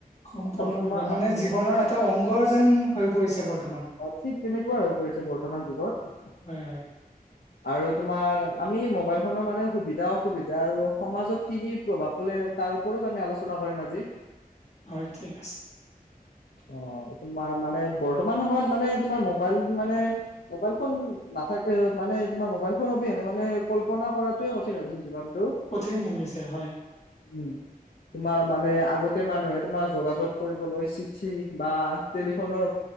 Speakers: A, on the left (about 45°); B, on the left (about 90°).
A: সম্পূৰ্ণ
B: আজি তোমাৰ
A: কৰিব মানে জীৱনৰ এটা অংগ যেন হৈ পৰিছে বৰ্ত
B: অ', ঠিক তেনেকুৱা হৈ পৰিছে বৰ্তমান যুগত।
A: হয় হয়
B: আৰু তোমাৰ আমি মোবাইল ফোনৰ মানে সুবিধা অসুবিধা আৰু সমাজত কি কি প্ৰভাৱ পৰে তাৰ ওপৰত আমি আলোচনা কৰো। কৰিম আজি।
A: হয়, ঠিক আছে।
B: অ', এইটো ম মানে বৰ বৰ্তমান সময়ত মানে তোমাৰ মোবাইল মানে মোবাইল ফোন নাথাকে মানে তোমাৰ মোবাইল ফোন অবি মানে মানে কল্পনা কৰাটোোৱে কঠি লাগ জীৱ।
A: কঠিন হৈ গৈছে হয়।
B: উম। তোমাৰ মানে আগতে মানুহে তোমাৰ যোগাযোগ কৰিবলৈ চিঠি বা টেলিফোনৰ